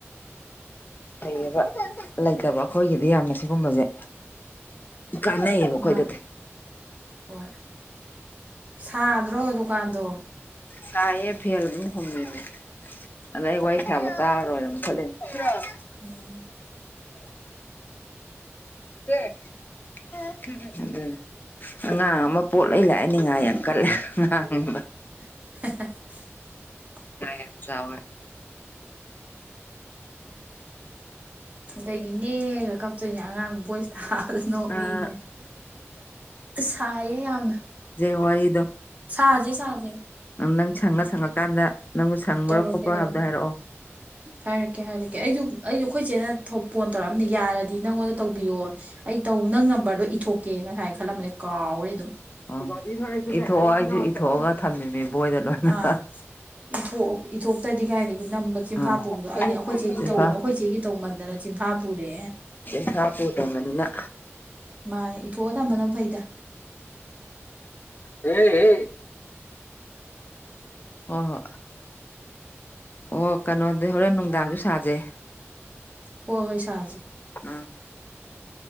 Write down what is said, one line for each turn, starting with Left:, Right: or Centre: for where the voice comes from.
Left: ꯂꯩ ꯂꯩꯇꯕ ꯑꯩꯈꯣꯏꯒꯤꯗꯤ ꯌꯥꯝꯅ ꯁꯤꯒꯨꯝꯕꯁꯦ ꯀꯥꯟꯅꯩꯌꯦꯕ ꯑꯩꯈꯣꯏꯗꯗꯤ
Right: ꯃꯥꯅꯦ ꯍꯣꯏ ꯁꯥꯗ꯭ꯔꯣ ꯗꯨꯀꯥꯟꯗꯣ
Left: ꯆꯥꯏꯌꯦ ꯐꯦꯜ ꯑꯗꯨꯝ ꯍꯨꯝꯃꯤꯁꯦ ꯑꯗꯩ ꯑꯩ ꯋꯥꯔꯤ ꯁꯥꯕ ꯆꯥꯔꯔꯣꯏꯕ <unintelligible>
Right: ꯎꯝ
Left: ꯀ ꯑꯗꯨ ꯑꯉꯥꯡ ꯑꯃ ꯄꯣꯠꯂ ꯂꯥꯛꯑꯅꯤ ꯉꯥ ꯌꯥꯝ ꯀꯜꯂꯦ ꯉꯥ ꯎꯝ
Right: <unintelligible>
Left: ꯌꯥ ꯌꯥꯝ ꯆꯋꯥꯏ
Right: ꯑꯗꯒꯤꯅꯦꯒ ꯀꯞꯇꯣꯏꯅꯦ ꯑꯉꯥꯡ ꯕꯣꯏꯁꯇ ꯅꯣꯛ
Left: ꯑꯥ
Right: ꯃꯤꯉꯦ ꯁꯥꯏꯌꯦ ꯌꯥꯝꯅ
Left: ꯋꯥꯔꯤꯗ
Right: ꯁꯥꯍꯖꯦ ꯁꯥꯍꯖꯦ
Left: ꯅꯪ ꯁꯪꯉ ꯁꯪꯉꯀꯥꯟꯗ ꯅꯪꯕꯨ ꯁꯪꯕ꯭ꯔꯣ
Right: ꯇꯧꯔꯒꯦ
Left: ꯈꯣꯠꯄ꯭ꯔꯣ
Right: ꯇꯧꯔꯒꯦ
Left: ꯍꯥꯏꯕꯗꯣ ꯍꯥꯏꯔꯛꯑꯣ
Right: ꯍꯥꯏꯔꯛꯀꯦ ꯍꯥꯏꯔꯛꯀꯦ ꯑꯩꯁꯨ ꯑꯩꯁꯨ ꯑꯩꯈꯣꯏ ꯆꯦꯠꯅ ꯐꯣꯟ ꯇꯧꯔꯛꯑꯝꯅꯤ ꯌꯥꯔꯗꯤ ꯅꯪꯉꯣꯟꯗ ꯇꯧꯕꯤꯌꯣ ꯑꯩ ꯅꯪ ꯅꯝꯕꯔꯗꯣ ꯏꯊꯣꯛꯀꯦ ꯉꯁꯥꯏ ꯈꯜꯂꯝꯕꯅꯦ ꯀꯥꯎꯔꯦ ꯑꯗꯨꯝ
Left: ꯎꯝ ꯏꯊꯣꯛꯑꯣ ꯑꯩꯁꯨ ꯏꯊꯣꯛꯑꯒ ꯊꯝꯃꯤꯃꯤ ꯕꯣꯏꯗ ꯂꯣꯏꯅ
Right: ꯑꯥ ꯏꯊꯣꯛ ꯏꯊꯣꯛꯇꯗꯤ ꯀꯥꯏꯗꯒꯤ ꯅꯝꯕ ꯆꯤꯟꯐꯥ
Left: ꯑꯥ
Right: ꯄꯨꯕꯗꯣ ꯑ ꯑꯩꯈꯣꯏꯆꯦꯒꯤ
Left: ꯆꯦ
Right: ꯇꯧ
Left: ꯐꯥꯎ
Right: ꯑꯩꯈꯣꯏ ꯆꯦꯒꯤ ꯇꯧꯃꯟꯗꯅ ꯚꯥꯕꯨꯔꯦ
Left: ꯆꯥꯄꯪꯉꯅꯤꯅ
Right: ꯃꯥꯅꯦ ꯏꯊꯣꯛꯑ ꯊꯝꯝꯕꯗ ꯐꯩꯗ
Left: ꯍ ꯍ ꯍ ꯍꯣ ꯑꯣ ꯀꯩꯅꯣꯗꯤ ꯍꯣꯔꯦꯟ ꯅꯨꯡꯗꯥꯡꯁꯨ ꯁꯥꯖꯩ
Right: ꯍꯣ ꯍꯣꯏ ꯁꯥꯖꯦ
Left: ꯑꯝ